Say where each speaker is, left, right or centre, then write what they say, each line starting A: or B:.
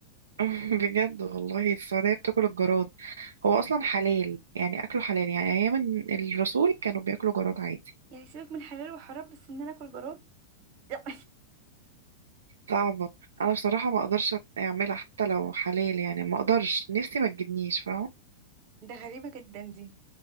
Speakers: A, on the right (about 80°); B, on the right (about 50°).
A: <laughs> بجد والله السعودية بتاكل الجراد هو اصلا حلال يعني اكله حلال يعني ايام الرسول كانوا بياكلوا جراد عادي
B: <laughs> يعني سيبك من حلال وحرام بس ان انا اكل جراد لا
A: صعبة انا بصراحة ما اقدرش اعملها حتى لو حلال يعني ما اقدرش نفسي ما تجيبنيش فاهمة
B: <laughs> ده غريبه جدا دي